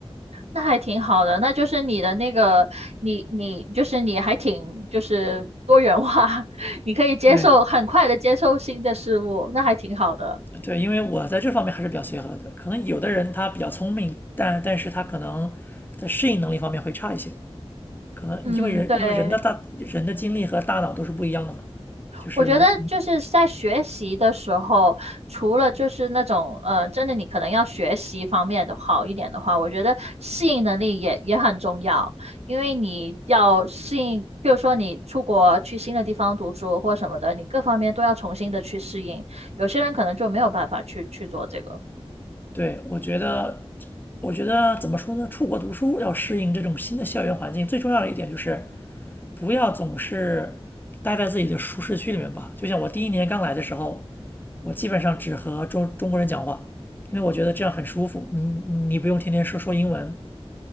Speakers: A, on the right; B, on the left.
A: 那还挺好的，那就是你的那个，你你就是你还挺就是多元化，<laughs> 你可以接受很快的接受新的事物，
B: 对
A: 那还挺好的。
B: 对，因为我在这方面还是比较随和的，可能有的人他比较聪明，但但是他可能在适应能力方面会差一些，可能因为人因为人的大人的精力和大脑都是不一样的嘛，
A: 嗯，对，
B: 就是
A: 我觉得就是在学习的时候，除了就是那种呃，真的你可能要学习方面的好一点的话，我觉得适应能力也也很重要，因为你要适应，比如说你出国去新的地方读书或什么的，你各方面都要重新的去适应。有些人可能就没有办法去去做这个。
B: 对，我觉得，我觉得怎么说呢？出国读书要适应这种新的校园环境，最重要的一点就是不要总是待在自己的舒适区里面吧。就像我第一年刚来的时候，我基本上只和中中国人讲话，因为我觉得这样很舒服。你你不用天天说说英文，